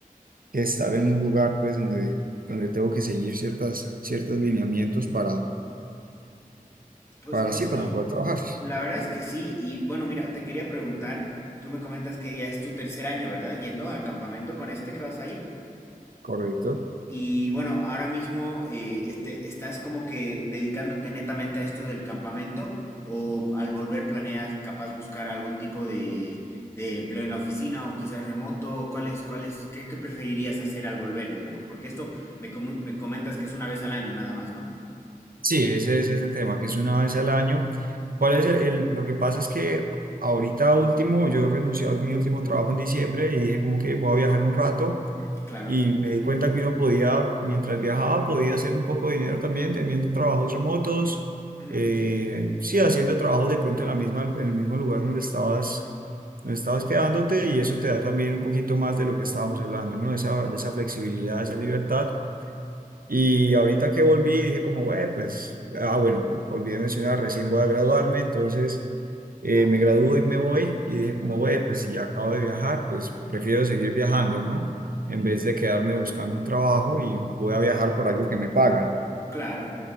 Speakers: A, on the right; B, on the left.
A: que estar en un lugar pues donde, donde tengo que seguir ciertas, ciertos lineamientos para,
B: Pues,
A: para
B: pues
A: sí,
B: sí,
A: para poder trabajar.
B: la verdad es que sí. Y bueno, mira, te quería preguntar, tú me comentas que ya es tu tercer año, ¿verdad? Yendo al campamento con este que vas a ir.
A: Correcto.
B: Y bueno, ahora mismo eh, este, ¿estás como que dedicándote netamente a esto del campamento o al volver planeas capaz buscar algún tipo de, de empleo en la oficina o quizás remoto? O ¿Cuál es, cuál es- qué, qué preferirías hacer al volver, digamos? Porque esto me, comu- me comentas que es una vez al año nada más, ¿no?
A: Sí, ese, ese es el tema, que es una vez al año. ¿Cuál es el, el- lo que pasa es que ahorita último, yo renuncié a mi último trabajo en diciembre y dije como que voy a viajar un rato
B: Claro.
A: Y me di cuenta que uno podía, mientras viajaba, podía hacer un poco de dinero también teniendo trabajos remotos,
B: Mm.
A: eh, sí, haciendo trabajos de pronto en la misma, en el mismo lugar donde estabas, donde estabas quedándote y eso te da también un poquito más de lo que estábamos hablando, ¿no? Esa, de esa flexibilidad, esa libertad y ahorita que volví, dije como, "Güey, pues, ah, bueno, olvidé mencionar, recién voy a graduarme, entonces eh,
B: Ah,
A: me
B: claro.
A: gradúo y me voy. Y dije como, "Güey, pues si ya acabo de viajar, pues prefiero seguir viajando, ¿no? En vez de quedarme buscando un trabajo y voy a viajar por algo que me paga.
B: Claro,